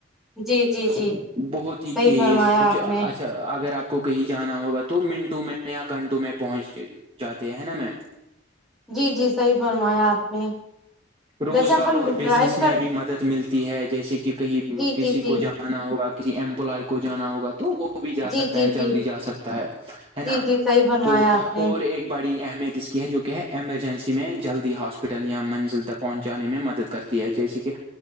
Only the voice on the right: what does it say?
بہت ہی
تیز
کچھ
اچھا
اگر آپ کو کہیں جانا ہوگا تو منٹوں میں یا گھنٹوں میں پہنچ جاتے ہیں ہے نا میم
روزگار
اور بزنس
میں
بھی مدد ملتی ہے جیسے کہ کہیں
کسی
کو جان آنا ہوگا کسی امپلائی کو جانا ہوگا تو وہ وہ بھی جا
سکتا
ہے جلدی
جا سکتا ہے ہے
نا
تو
اور ایک بڑی اہمیت اس کی ہے جو کہ ہے ایمرجنسی میں جلدی ہاسپٹل یا منزل تک پہنچانے میں مدد کرتی ہے جیسے کہ